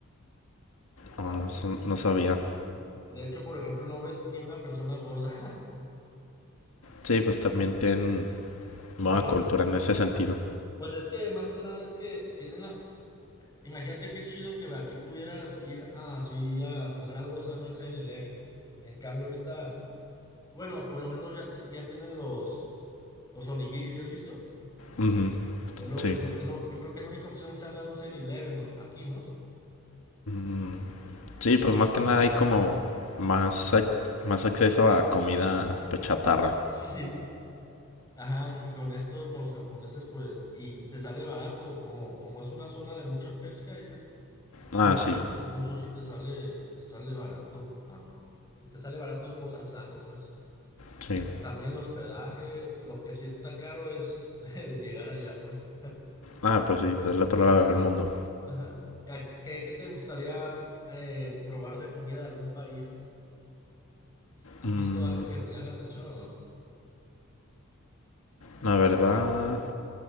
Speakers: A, on the left (about 15°); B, on the left (about 70°).
A: Es
B: Ah,
A: la,
B: eso
A: es-
B: no sabía.
A: de hecho, por ejemplo, no ves ni una persona gorda.
B: Sí, pues también tienen buena
A: <laughs> De que,
B: cultura en ese sentido.
A: pues es que más que nada es que tienen la... Imagínate qué chido que aquí pudieras ir a- así a comer algo sano al Seven eleven En cambio, ahorita, bueno, por lo menos ya, te- ya tienen los, los onigiris, ¿sí has visto?
B: Ujú,
A: Es lo,
B: sí.
A: es lo- es lo- yo creo que la única opción sana de un 7-Eleven, ¿no? Aquí, ¿no?
B: Mm, Sí, pues
A: O-
B: más que nada hay como más, ac- más acceso a comida pues, chatarra.
A: sí. Ajá, y con estos, con los japoneses, pues, y, y te sale barato, como, como es una zona de mucha pesca ya, un
B: Ah,
A: sushi,
B: sí,
A: te- un sushi te sale, te sale barato, ah, y te sale barato comer sano, pues.
B: sí.
A: También el hospedaje, lo que sí está caro es <laughs> llegar allá, pues.
B: Ah, pues sí, del otro lado del mundo.
A: Ajá. Ca- ¿Qué, qué te gustaría eh, probar de comida de algún país? ¿Has
B: Mm,
A: visto algo que te llame la atención o
B: la verdad,